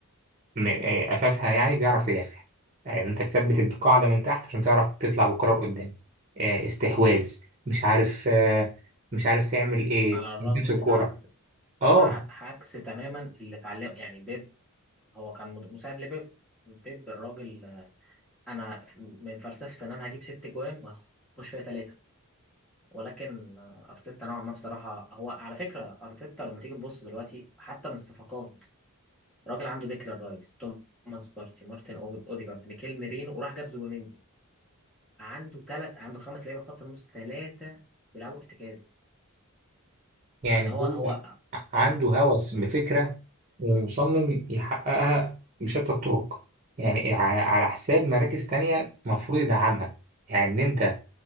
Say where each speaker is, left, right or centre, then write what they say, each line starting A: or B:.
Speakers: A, on the right; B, in the centre.
A: م- آه، اساسها يعني بيعرف يدافع يعني انت تثبت القاعده من تحت عشان تعرف تطلع بالكره لقدام آه، استحواذ مش عارف آه، مش عارف تعمل ايه
B: على الرغم
A: تمسك
B: ان
A: الكوره
B: ده عجز
A: اه
B: ع- عكس تماما اللي اتعلم يعني بيب هو كان مد- مساعد لبيب بيب الراجل آه، انا ف- من فلسفه ان انا هجيب ست جوان واخش فيها ثلاثه ولكن آه، ارتيتا نوعا ما بصراحه هو على فكره ارتيتا لما تيجي تبص دلوقتي حتى من الصفقات الراجل عنده ديكلان رايس توماس بارتي مارتن أو- اوديجارد ميكيل ميرينو وراح جاب زوبيمندي عنده ثلاث عنده خمس لعيبه خط النص ثلاثه بيلعبوا ارتكاز
A: يعني
B: يعني هو هو
A: هو عنده هوس بفكرة ومصمم يحققها بشتى الطرق يعني ع- على حساب مراكز تانية مفروض يدعمها يعني إن أنت